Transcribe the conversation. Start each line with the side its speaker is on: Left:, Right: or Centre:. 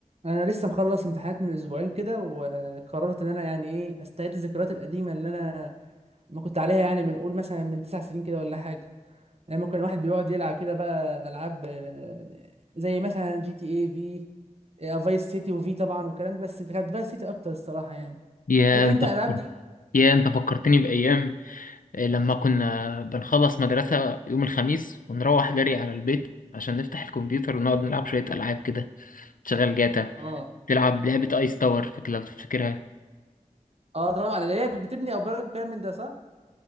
Right: انا لسه مخلص امتحانات من اسبوعين كده وقررت ان انا يعني ايه استعيد الذكريات القديمه اللي انا ما كنت عليها يعني من قول مثلا من تسع سنين كده ولا حاجه لما كان الواحد بيقعد يلعب كده بقى العاب آه، زي مثلا جي تي اي في آه، فايس سيتي وفي طبعا والكلام ده بس كانت فايس سيتي اكتر الصراحه يعني
Left: يا
Right: فاكر
Left: انت
Right: انت الالعاب دي
Left: يا انت فكرتني بأيام آه، لما كنا بنخلص مدرسة يوم الخميس ونروح جري على البيت عشان نفتح الكمبيوتر ونقعد نلعب شوية ألعاب كده تشغل جاتا
Right: اه
Left: تلعب لعبة ايس تاور فاكر لو تفتكرها
Right: اه طبعا اللي هي بتبني ابراج وكلام من ده صح